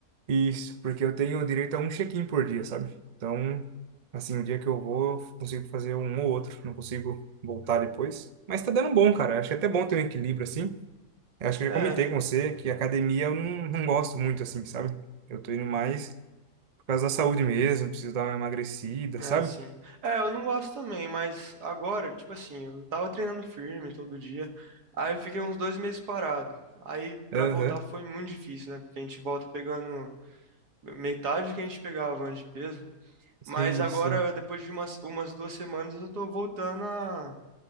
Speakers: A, on the right; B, on the right.
A: Isso, porque eu tenho direito a um check-in por dia, sabe? Então, assim, o dia que eu vou, eu consigo fazer um ou outro. Não consigo voltar depois. Mas tá dando bom, cara. Acho que é até bom ter um equilíbrio, assim. Eu acho que eu
B: É,
A: já comentei com você que academia eu não, não gosto muito, assim, sabe? Eu tô indo mais por causa da saúde mesmo, preciso dar uma emagrecida,
B: é
A: sabe?
B: assim. É, eu não gosto também, mas agora, tipo assim, eu tava treinando firme todo dia. Aí eu fiquei uns dois meses parado. Aí pra
A: Aham,
B: voltar foi muito difícil, né? Porque a gente volta pegando metade do que a gente pegava antes de peso. Mas
A: Sim,
B: agora,
A: sim.
B: depois de umas, umas duas semanas, eu tô voltando a